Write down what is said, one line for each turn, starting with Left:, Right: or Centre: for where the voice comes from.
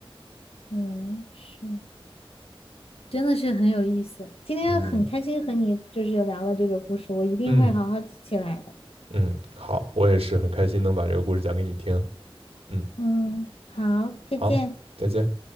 Left: 嗯，是，真的是很有意思。今天很开心和你就是聊了这个故事，
Right: 嗯
Left: 我一定会好好记起来的。
Right: 嗯嗯，好，我也是很开心能把这个故事讲给你听啊。嗯，
Left: 嗯，好，再见。
Right: 好，再见。